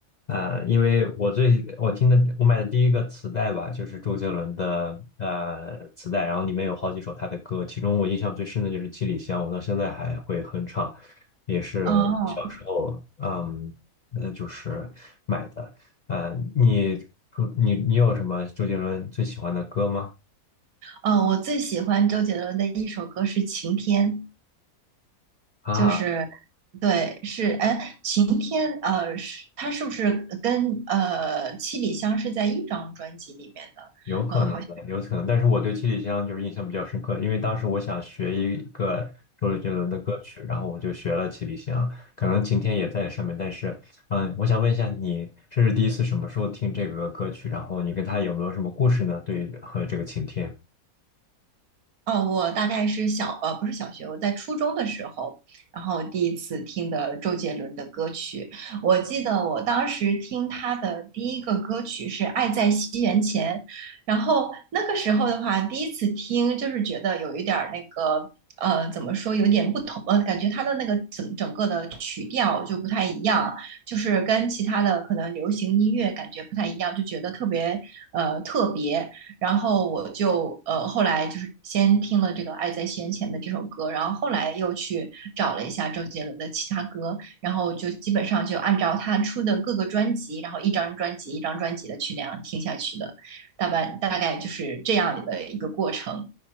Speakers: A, on the left; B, on the right.
A: 呃，因为我最我听的我买的第一个磁带吧，就是周杰伦的呃磁带，然后里面有好几首他的歌，其中我印象最深的就是《七里香》，我到现在还会哼唱，也是小时候嗯呃就是买的，
B: 哦
A: 呃，你你你有什么周杰伦最喜欢的歌吗？
B: 哦，我最喜欢周杰伦的一首歌是《晴天》，
A: 啊，
B: 就是对，是哎，《晴天》呃，是他是不是跟呃《七里香》是在一张专辑里面的？
A: 有可能的，
B: 呃，好像。
A: 有可能，但是我对七里香就是印象比较深刻，因为当时我想学一个周杰伦的歌曲，然后我就学了七里香，可能晴天也在上面，但是，嗯，我想问一下你，这是第一次什么时候听这个歌曲？然后你跟他有没有什么故事呢？对于和这个晴天。
B: 哦，我大概是小，呃，不是小学，我在初中的时候，然后第一次听的周杰伦的歌曲。我记得我当时听他的第一个歌曲是《爱在西元前》，然后那个时候的话，第一次听就是觉得有一点儿那个，呃，怎么说，有点不同，呃，感觉他的那个整整个的曲调就不太一样，就是跟其他的可能流行音乐感觉不太一样，就觉得特别，呃，特别。然后我就呃后来就是先听了这个《爱在西元前》的这首歌，然后后来又去找了一下周杰伦的其他歌，然后就基本上就按照他出的各个专辑，然后一张专辑一张专辑的去那样听下去的，大半大概就是这样的一个过程。